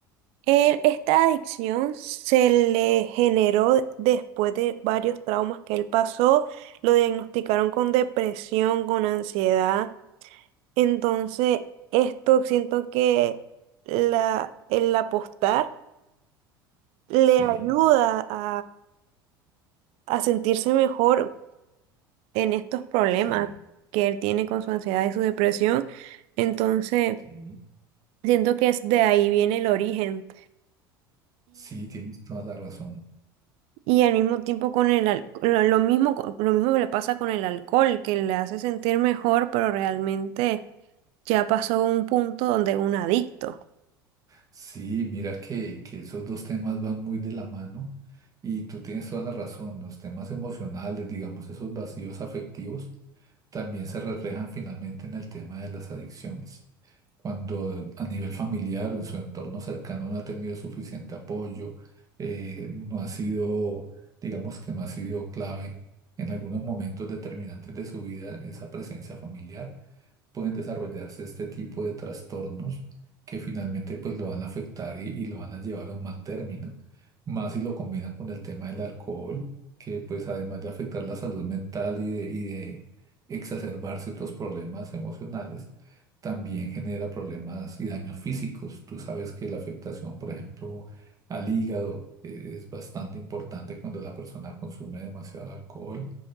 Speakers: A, on the right (about 55°); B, on the right (about 30°).
A: él, esta adicción se le generó después de varios traumas que él pasó, lo diagnosticaron con depresión, con ansiedad, entonces esto siento que la, el apostar le
B: Sí,
A: ayuda a, a sentirse mejor en estos problemas
B: sí,
A: que él tiene con su ansiedad y su depresión, entonces
B: sí,
A: siento que es de ahí viene el origen.
B: sí, tienes toda la razón.
A: Y al mismo tiempo con el al- lo lo mismo, co- lo mismo me le pasa con el alcohol, que le hace sentir mejor, pero realmente ya pasó un punto donde es un adicto.
B: Sí, mira que, que esos dos temas van muy de la mano y tú tienes toda la razón. Los temas emocionales, digamos, esos vacíos afectivos, también se reflejan finalmente en el tema de las adicciones. Cuando a nivel familiar o en su entorno cercano no ha tenido suficiente apoyo, eh, no ha sido, digamos que no ha sido clave en algunos momentos determinantes de su vida esa presencia familiar pueden desarrollarse este tipo de trastornos que finalmente pues lo van a afectar y, y lo van a llevar a un mal término. Más si lo combinan con el tema del alcohol, que pues además de afectar la salud mental y de, y de exacerbarse otros problemas emocionales, también genera problemas y daños físicos. Tú sabes que la afectación, por ejemplo, al hígado eh, es bastante importante cuando la persona consume demasiado alcohol.